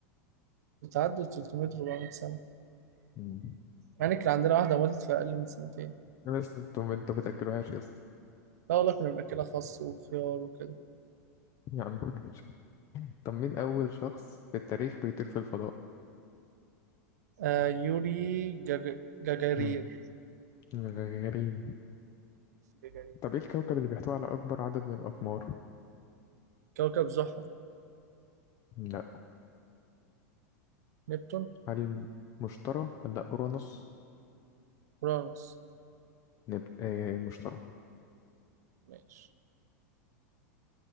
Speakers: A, on the right (about 75°); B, on the left (about 40°).
A: بتعدي 300 400 سنة
B: مم.
A: مع إن كان عندنا واحدة ماتت في أقل من سنتين
B: بس انتوا انتوا بتأكلوهاش يا اسطى
A: لا والله كنا بنأكلها خس وخيار وكده
B: يا عم ماشي. طب مين أول شخص في التاريخ بيطير في الفضاء؟
A: آه يوري جاج... جاجارير
B: مم. غريب
A: جاجارير
B: طب ايه الكوكب اللي بيحتوي على أكبر عدد من الأقمار؟
A: كوكب زحل
B: لا
A: نبتون
B: هل مشتري ولا أورانوس؟
A: أورانوس
B: نب... ايه المشتري
A: ماشي